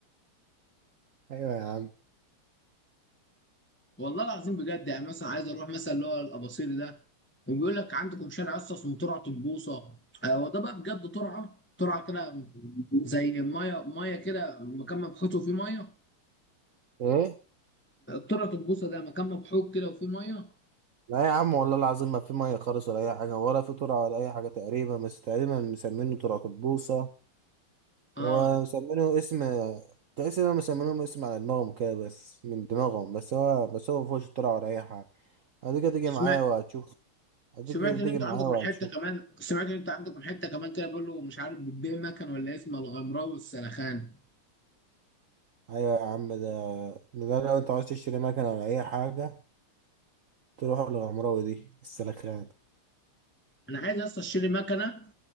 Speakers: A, on the right (about 70°); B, on the left (about 15°).
A: ايوه يا عم
B: والله العظيم بجد يعني مثلا عايز اروح مثلا اللي هو الاباصيري ده وبيقول لك عندكم شارع اصلا اسمه ترعه البوصه آه، هو ده بقى بجد ترعه ترعه كده زي ميه ميه كده مكان مفتوح فيه ميه
A: ايه
B: طرقة البوصة ده مكان مبحوك كده وفيه مية
A: لا يا عم والله العظيم ما في ميه خالص ولا اي حاجه ولا في ترعه ولا اي حاجه تقريبا بس تقريبا مسمينه ترعه البوصه
B: اه
A: هو مسمينه اسم تحس انهم مسمينهم اسم على دماغهم كده بس من دماغهم بس هو بس هو مفيهوش اختراع ولا اي حاجة هديك هتيجي
B: وسمعت
A: معايا وهتشوف هديك
B: سمعت
A: هتيجي
B: ان انت
A: معايا
B: عندكم
A: وهتشوف
B: حته كمان سمعت ان انت عندكم حته كمان كده بيقول له مش عارف بتبيع مكنه ولا إيه اسمها الغمراوي والسلخان
A: ايوه يا عم ده ده لو انت عاوز تشتري مكنة ولا اي حاجة تروح للغمراوي دي السلخانة
B: انا عايز اصلا اشتري مكنه